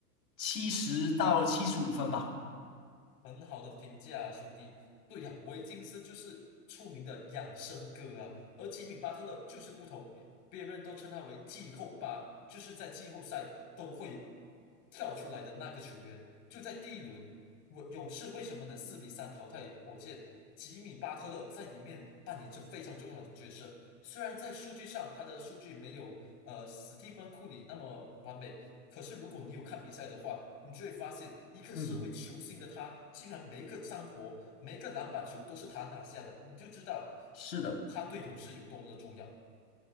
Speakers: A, on the left (about 80°); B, on the left (about 35°).
A: 七十到七十五分吧。
B: 很好的评价啊，兄弟。对呀、维金斯就是出名的养生哥啊，而吉米巴特勒就是不同，别人都称他为季后巴，就是在季后赛都会跳出来的那个球员。就在第一轮，我勇士为什么能四比三淘汰火箭？吉米巴特勒在里面扮演着非常重要的角色。虽然在数据上他的数据没有呃史蒂芬库里那么完美，可是如果你有看比赛的话，你就会发现，一个身为球星的他，
A: 嗯，
B: 竟然每一个脏活、每一个篮板球都是他拿下的，你就知道
A: 是的，
B: 他对勇士有多么的重要。